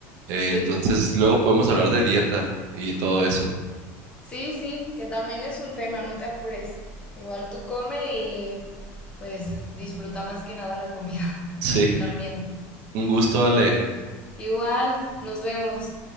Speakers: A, on the right; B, on the left.
A: Eh,
B: Sí.
A: entonces, luego podemos hablar de dieta y todo eso. <laughs>
B: Sí, sí, que también es un tema, no te apures. Igual tú come y pues disfruta más que nada la comida
A: Sí,
B: <laughs> también.
A: un gusto, Ale.
B: Igual, nos vemos.